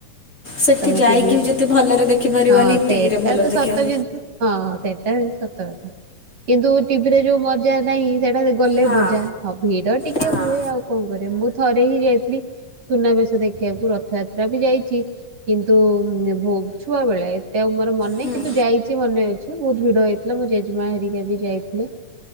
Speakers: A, on the left; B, on the right.
A: ସେଠି
B: ତମେ
A: ଯାଇକି
B: ଟିଭିରେ
A: ବି ଯେତେ ଭଲରେ ଦେଖିପାରିବନି
B: ହଁ ସେଇଟା
A: ଟିଭିରେ ଭଲରେ
B: ତ
A: ଦେଖିବ।
B: ସତ କିନ୍ତୁ ହଁ ସେଟା ସତ କଥା କିନ୍ତୁ ଟିଭିରେ ଯୋଉ ମଜା ନାହିଁ ସେଇଟା ସେ ଗଲେ
A: ହଁ।
B: ମଜା ହ ଭିଡ ଟିକେ
A: ହଁ
B: ହୁଏ ଆଉ। କଁ କରିଆ ମୁଁ ଥରେ ହିଁ ଯାଇଥିଲି ସୁନାବେଶ ଦେଖିଆକୁ ରଥଯାତ୍ରା ବି ଯାଇଚି। କିନ୍ତୁ ଉଁ ଭୋ ଛୁଆ ବେଳେ ଏତେ ଆଉ ମୋର <unintelligible>
A: ହୁଁ
B: କିନ୍ତୁ ଯାଇଛି ମନେ ଅଛି। <unintelligible> ବହୁତ୍ ଭିଡ ହେଇଥିଲା ମୋ ଜେଜେମା ହେରିକା ବି ଯାଇଥିଲେ।